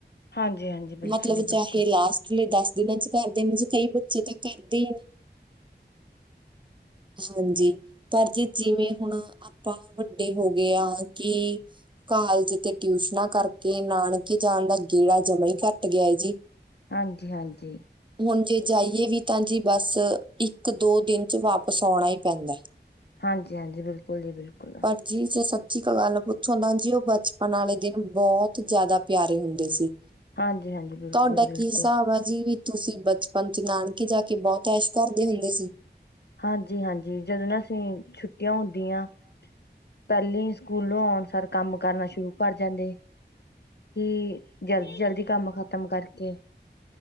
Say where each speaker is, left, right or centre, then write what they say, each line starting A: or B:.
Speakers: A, on the left; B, on the right.
A: ਹਾਂਜੀ ਹਾਂਜੀ ਬਿਲਕੁਲ
B: ਮਤਲਬ
A: ਜੀ ਬਿਲਕੁਲ
B: ਚਾਹੇ ਲਾਸਟ ਲਈ ਦਸ ਦਿਨਾ ਚ ਕਾਰਦੇਨੇ ਜੇ ਕਈ ਬੱਚੇ ਤਾ ਕਾਰਦੇ ਈਨੀ। ਹਾਂਜੀ, ਪਰ ਜੇ ਜਿਵੇਂ ਹੁਣ ਆਪਾਂ ਵੱਡੇ ਹੋ ਗਏ ਆਂ ਕਿ ਕਾਲਜ ਤੇ ਟਿਊਸ਼ਨਾਂ ਕਾਰਕੇ ਨਾਨਕੇ ਜਾਣ ਦਾ ਗੇੜਾ ਜਮਾ ਈ ਘੱਟ ਗੇਆ ਏਜੀ।
A: ਹਾਂਜੀ, ਹਾਂਜੀ।
B: ਹੁਨ ਜੇ ਜਾਈਏ ਵੀ ਤਾਂ ਜੀ ਬਸ ਇਕ, ਦੋ ਦਿਨ ਚ ਵਾਪਸ ਓਣਾ ਈ ਪੈਂਦਾ।
A: ਹਾਂਜੀ, ਹਾਂਜੀ ਬਿਲਕੁਲ ਜੀ ਬਿਲਕੁਲ।
B: ਪਰ ਜੀ ਜੇ ਸੱਚੀ ਅਕ ਗਲ ਪੁੱਛੋਂ ਤਾਂ ਜੀ ਓ ਬਚਪਨ ਆਲੇ ਦਿਨ ਬੋਤ ਜਾਦਾ ਪੇਆਰੇ ਹੁੰਦੇ ਸੀ।
A: ਹਾਂਜੀ-ਹਾਂਜੀ, ਬਿਲਕੁਲ
B: ਤੁਆਡਾ
A: ਜੀ ਬਿਲਕੁਲ।
B: ਕੀ ਹਿਸਾਬ ਆ ਜੀ? ਤੂਸੀ ਬਚਪਨ'ਚ ਨਾਣਕੇ ਜਾਕੇ ਬਹੁਤ ਐਸ਼ ਕਰਦੇ ਹੁੰਦੇ ਸੀ?
A: ਹਾਂਜੀ-ਹਾਂਜੀ, ਜਦੋਂ ਨਾ ਅਸੀ ਛੁੱਟੀਆਂ ਹੁੰਦੀਆਂ, ਪਹਿਲੇ ਈ ਸਕੂਲੋਂ ਔਣ ਸਾਰ ਕੰਮ ਕਰਨਾ ਸ਼ੁਰੂ ਕਰ ਜਾਂਦੇ ਕਿ, ਜਲਦੀ-ਜਲਦੀ ਕੰਮ ਖਤਮ ਕਰਕੇ,